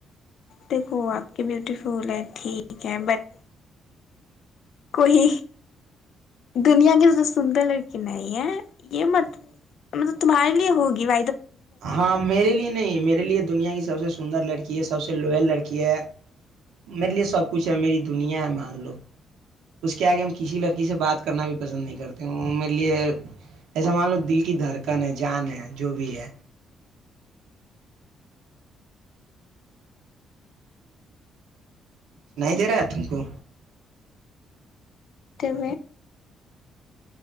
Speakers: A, on the left; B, on the right.
A: دیکھو آپ کی بیوٹیفول ہے ٹھیک ہے بٹ کوئی دنیا کی سندر لڑکی نہیں ہے یہ م مطلب تمہارے لیے ہوگی و
B: ہاں میرے لیے نہیں میرے لیے دنیا کی سب سے سندر لڑکی ہے سب سے لوئل لڑکی ہے میرے لیے سب کچھ ہے میری دنیا ہے مان لو اس کے آگے ہم کسی لڑکی سے بات کرنا بھی پسند نہیں کرتے میرے لیے ایسا مان لو دل کی دھڑکن ہے جان ہے جو بھی ہے س نہیں دے رہا ہے تم کو
A: جب